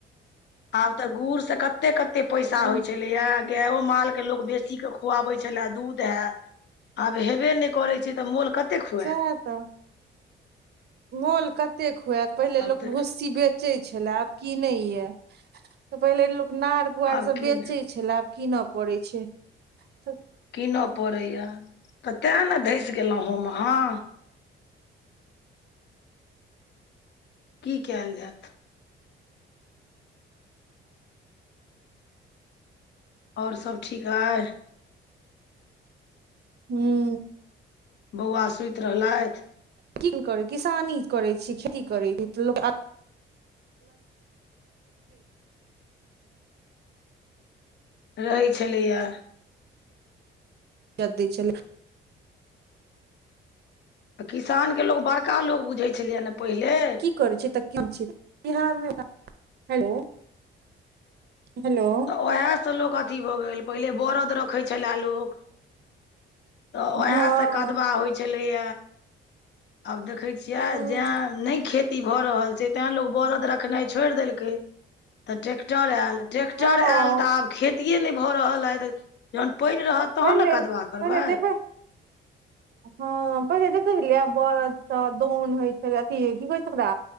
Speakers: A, on the left; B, on the right.
A: आब त गुड़ से कते- कते पैसा
B: हँ
A: होइ छलैये। गएयो माल के लोग बेसी के खुआबै छले दूध हेत आब हेबे नहि करै छैय त मोल कतेक खुएत।
B: उहे त। मोल कतेक खुएत पहिले लोक
A: आब तऽ
B: भुस्सी बेच बेचय छले आब कीनइ ये पहिले लोक नार पुआर
A: आब
B: सब
A: कीन
B: बेचय छेलै आब कीनऽ पड़य छैय त।
A: कीनऽ पड़ै या त तैं ने धैंस गेलहुँ हम अहाँ। की कैल जैत। आओर सब ठीक अइ।
B: हू।
A: बौआ सुति रहलैथ।
B: की करै किसानी करै छैय खेती करै छैय त लोक
A: रहै छलैया।
B: <unintelligible> छलै।
A: त किसानके लोक बड़का लोक बुझै छलै ने पहिले।
B: <unintelligible> बिहारमे हो हेलो।
A: ओहे से लोक अथी भ गेल पहिले बरद रखै छलए लोक। ओहे
B: हँ
A: से कदवा होइ छलैए आब देखै छियै
B: हूँ
A: जैं नय खे खेती भ रहल छैय तैं लोक बरद रखनाइ छोड़ देलकै त ट्रैेक्टर आयल। ट्रेकटर
B: हँ
A: आयल त आब खेतिये नहि भ रहल अइ जहन पाइन रहत तहन
B: पहिले
A: ने कदबा करबै।
B: पहिले देखै हँ पहिले देखैय रहियै बरद स दौन होइ छले अथि की कहै छैय ओकरा